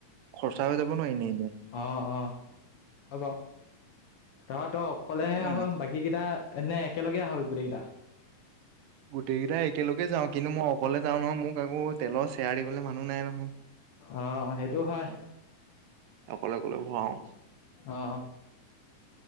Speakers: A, on the right; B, on the left.
A: খৰচা হৈ যাব ন এনেই এনেই।
B: অ অ, হয় বাৰু, ত‌ই তো অকলেহে
A: কিয়
B: আহ,
A: নাই
B: বাকী - কেইটা নে একেলগে আহ গোটেই কেইটা?
A: গোটেইকেইটা একেলগে যাওঁ কিন্তু মই - অকলে যাওঁ নহয় মোক আকৌ তেলৰ চেয়াৰ দিবলৈ মানুহ নাই নহয়।
B: অ সেইটো হয়।
A: অকলে অকলে ভৰাও।
B: অ